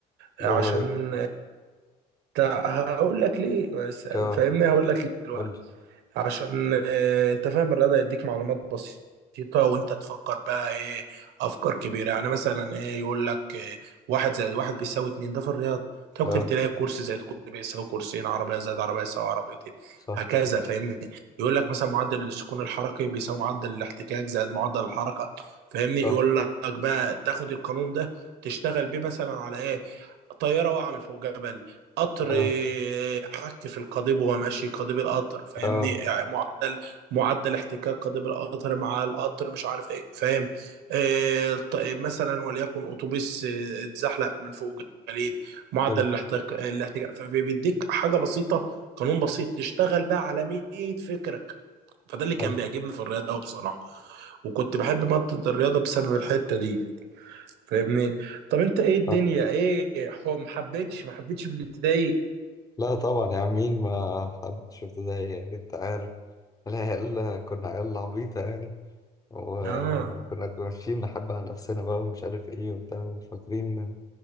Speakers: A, on the left; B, on the right.
A: برافو
B: عشان
A: عليك
B: تع- هقول لك ليه بس-
A: اه
B: فاهمني هقول لك ليه دلوقتي
A: قول لي
B: عشان آه، انت فاهم الرياضة يديك معلومات بسيطة وانت تفكر بقى ايه افكار كبيرة يعني مثلا ايه يقول لك إيه واحد زائد واحد بيساوي اتنين ده في الرياضة أنت ممكن
A: اه
B: تلاقي كرسي زائد كرسي بيساوي كرسيين عربية زائد عربية يساوي عربيتين
A: صح
B: هكذا فاهمني يقول لك مثلا معدل السكون الحركي بيساوي معدل الاحتكاك زائد معدل الحركة فاهمني
A: صح
B: يقول لك بقى تاخد القانون ده تشتغل بيه مثلا على ايه طيارة واقعة من فوق جبل قطر
A: اه
B: حك في القضيب وهو ماشي قضيب القطر فاهمني
A: اه آه،
B: يعني معدل معدل احتكاك قضيب القطر مع القطر مش عارف ايه فاهم آه طيب مثلا وليكن اتوبيس آه، اتزحلق من فوق جليد معدل
A: حلو
B: الاحتكاك الاحتكاك فبيديك حاجه بسيطه قانون بسيط تشتغل بقى على 100 فكره فده اللي كان
A: حلو
B: بيعجبني في الرياضه قوي بصراحه وكنت بحب مادة الرياضة بسبب الحتة دي فاهمني طب انت ايه الدنيا
A: آه.
B: ايه حو- ما حبيتش ما حبيتش في الابتدائي
A: لا طبعا يا عم مين ما حبش ابتدائي يعني انت عارف العيال كنا عيال عبيطة يعني وكنا
B: اه
A: ماشيين نحب على نفسنا بقى ومش عارف ايه وبتاع وفاكرين